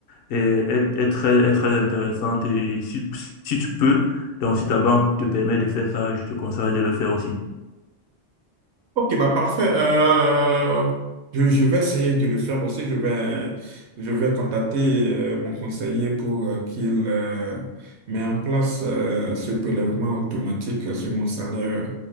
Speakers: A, on the left; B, on the right.
A: est, est- est très, est très intéressante et si, si tu peux, donc si ta banque te permet de faire ça, je te conseillerais de le faire aussi.
B: Ok, bah parfait. Euh, je, je vais essayer de le faire aussi. Je vais, je vais contacter euh, mon conseiller pour euh, qu'il euh, mette en place euh, ce prélèvement automatique sur mon salaire